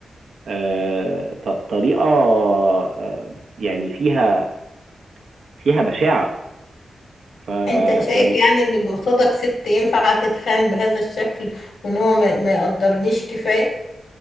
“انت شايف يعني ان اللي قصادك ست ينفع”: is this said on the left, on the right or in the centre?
Left